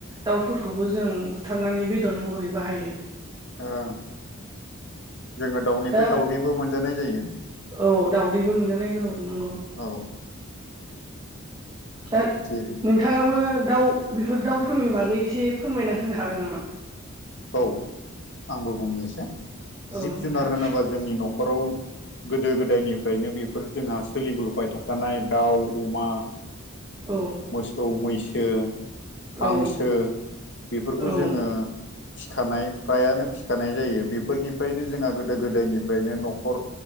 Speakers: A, on the right (about 20°); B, on the left (about 55°).
A: दाउफोरखौबो जों बुथारनानै बेदर महरै बाहायो
B: ओं जोङो दाउनिफ्राय
A: दा
B: दाउदैबो मोनजानाय जायो
A: औ दाउदैबो मोनजानाय औ नंगौ
B: औ
A: ओन
B: जेरै
A: नोंथाङाबो दाउ बेफोर दाउफोरनि बागै एसे फोरमायना होनो हागोन नामा
B: औ आंबो बुंनि एसे
A: औ
B: जिब
A: नोंथां
B: जुनार होनोबा जोंनि न' खराव गोदो गोदायनिफ्रायनो बेफोर जोंहा सोलिबोबाय थाखानाय दाउ अमा
A: औ
B: मोसौ मैसो हांसो
A: औ
B: बेफोरखौ
A: औ
B: जोङो फिखानाय फ्रायानो फिखानाय जायो बेफोरनिफ्रायनो जोंहा गोदो गोदायनिफ्रायनो न'खर